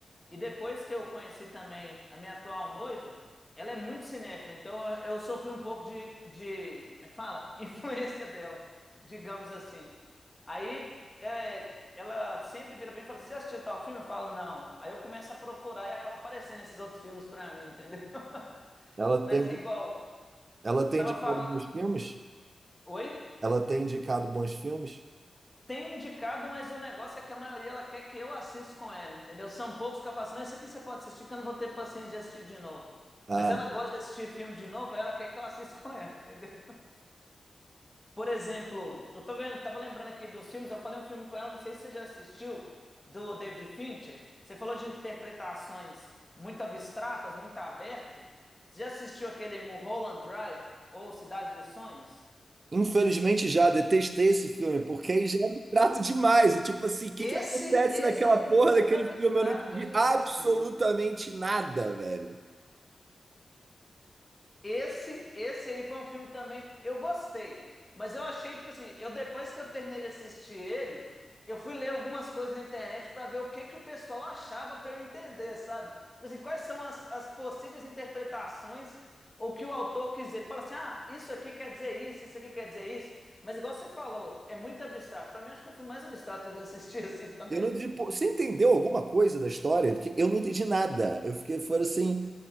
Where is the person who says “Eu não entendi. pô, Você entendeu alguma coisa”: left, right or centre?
Right